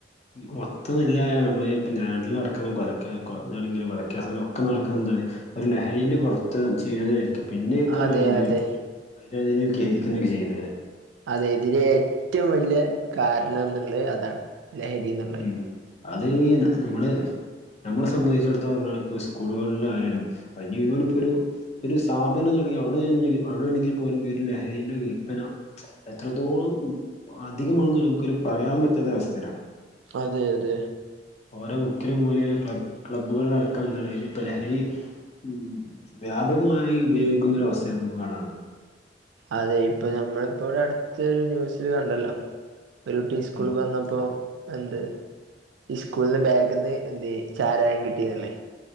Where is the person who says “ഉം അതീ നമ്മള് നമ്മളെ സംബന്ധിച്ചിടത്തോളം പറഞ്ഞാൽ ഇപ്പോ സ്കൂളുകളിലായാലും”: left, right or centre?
Left